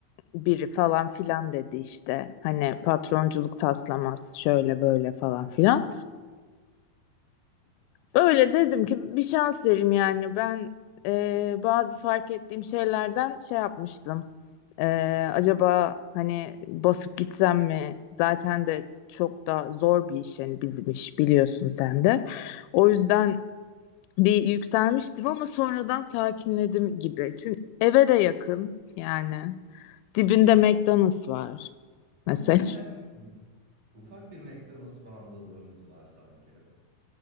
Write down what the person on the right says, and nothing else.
Hı.
<laughs>
Ufak bir McDonald's bağımlılığımız var sanki.